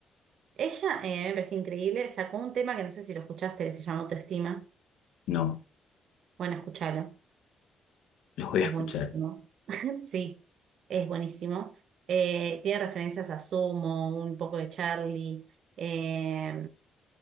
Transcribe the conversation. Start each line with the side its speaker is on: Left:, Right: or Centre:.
Right: Ella, eh, me parece increíble, sacó un tema que no sé si lo escuchaste, que se llama Autoestima.
Left: No,
Right: Bueno, escúchalo,
Left: los voy
Right: es
Left: a escuchar.
Right: buenísimo. <laughs> Sí, es buenísimo. Eh, tiene referencias a Sumo, un poco de Charlie, eh,